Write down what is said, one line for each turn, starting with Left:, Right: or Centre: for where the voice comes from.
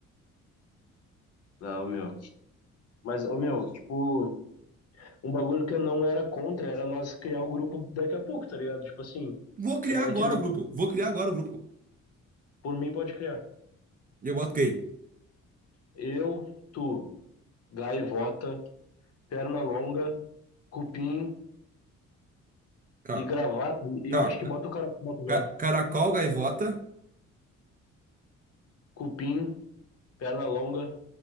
Left: Não, meu. Mas, ô meu, tipo, um bagulho que eu não era contra era nós criar o grupo daqui a pouco, tá ligado? Tipo assim,
Right: Vou criar
Left: semana
Right: agora
Left: que vem.
Right: o grupo, vou criar agora o grupo.
Left: Por mim, pode criar.
Right: E eu boto quem?
Left: Eu, tu, gaivota, perna longa, cupim
Right: Calma,
Left: e gravata. E
Right: calma.
Left: eu acho que bota o caracol também.
Right: Ca- Caracol, gaivota,
Left: Cupim, perna longa,